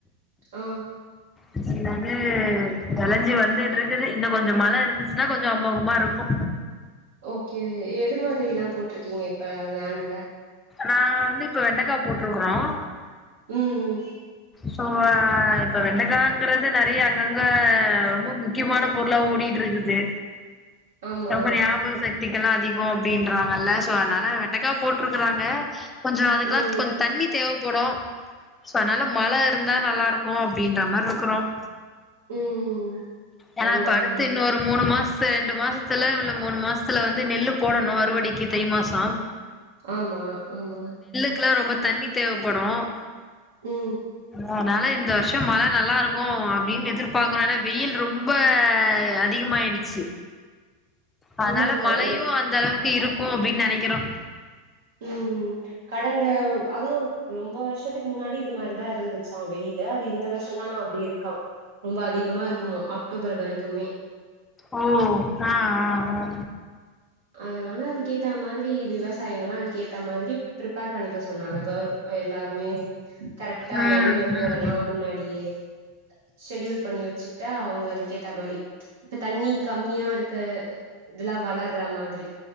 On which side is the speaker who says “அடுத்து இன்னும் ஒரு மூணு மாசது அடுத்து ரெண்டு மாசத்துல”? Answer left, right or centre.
Left